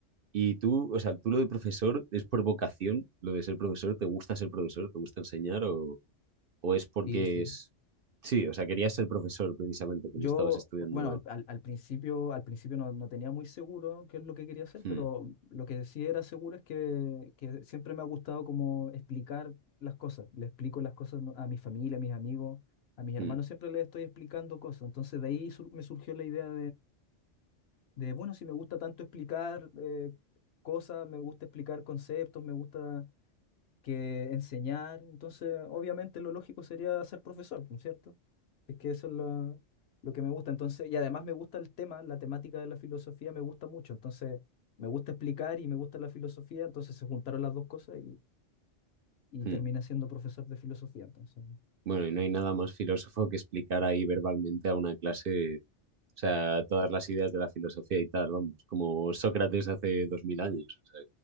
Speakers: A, on the right (about 55°); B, on the left (about 65°).
A: Y tú, o sea, tú lo de profesor es por vocación, lo de ser profesor, ¿te gusta ser profesor? ¿Te gusta enseñar? ¿O, o es porque
B: Sí, sí.
A: es... Sí, o sea, querías ser profesor precisamente cuando
B: Yo,
A: estabas estudiando...
B: bueno, al, al- al principio, al principio no, no tenía muy seguro qué es lo que quería hacer,
A: Hmm,
B: pero lo que sí era seguro es que, que siempre me ha gustado como explicar las cosas. Le explico las cosas a mi familia, a mis amigos, a mis hermanos,
A: hmm,
B: siempre les estoy explicando cosas. Entonces de ahí sur- me surgió la idea de, bueno, si me gusta tanto explicar eh, cosas, me gusta explicar conceptos, me gusta que enseñar, entonces obviamente lo lógico sería ser profesor, ¿no es cierto? Es que eso es lo, lo que me gusta, entonces, y además me gusta el tema, la temática de la filosofía me gusta mucho, entonces me gusta explicar y me gusta la filosofía, entonces se juntaron las dos cosas y, y
A: hmm.
B: terminé siendo profesor de filosofía, entonces.
A: Bueno, y no hay nada más filósofo que explicar ahí verbalmente a una clase, o sea, todas las ideas de la filosofía y tal, vamos, como Sócrates hace dos mil años. o sea